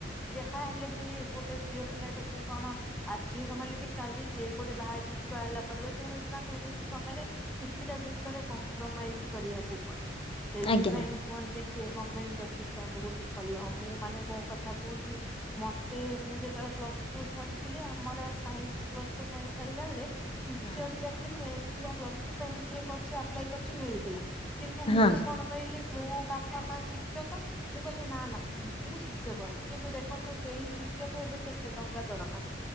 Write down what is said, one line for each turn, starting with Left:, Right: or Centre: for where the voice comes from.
Centre: ଯାହା ହେଲେ ବି ଝିଅ ପିଲାଟକୁ କଣ ଆଜି ନହେଲେ ବି କାଲି ଯିଏ ଗୋଟେ ବାହା ହେକି ଛୁଆ ହେଲା ପରେ କୌଣସି ନା କୌଣସି ସମୟରେ କିଛିଟା ଜିନିଷରେ କମ୍ପ୍ରମାଇଜ କରିବାକୁ ପଡ଼େ। ସେଇଥିପାଇଁ
Left: ଆଜ୍ଞା।
Centre: କୁହନ୍ତି ଯେ ଗମେଣ୍ଟ ଚାକିରରି ଟା ବହୁତ ଭଲ ମୁଁ ମାନେ ମୋ କଥା କହୁଛି ମତେ ମୁଁ ଯେତେବେଳେ ପ୍ଲସ ଟୁ ସରିଥିଲି ଆମର ସାଇନ୍ସ ପ୍ଲସ ଟୁ ସାଇନ୍ସ ସରିଲା ବେଳେ ଟିଚର୍
Left: ହଁ
Centre: ଚାକିରି ଏମିତିଆ ପ୍ରଶ୍ନ ସେ ସାଙ୍ଗେ ଯିଏ କରଛି ଆପ୍ଲାଏ କରିଛି ମିଳିଥିଲା। କିନ୍ତୁ
Left: ହଁ
Centre: ମୁଁ କଣ କହିଲି ମୋ ବାପା ମା ଶିକ୍ଷକ ମୁଁ କହିଲି ନା ନା ମୁଁ ଶିକ୍ଷକି ହେମି କିନ୍ତୁ ଦେଖନ୍ତୁ ସେଇ ଶିକ୍ଷକ ଏବେ କେତେ ଟଙ୍କା ଦରମା।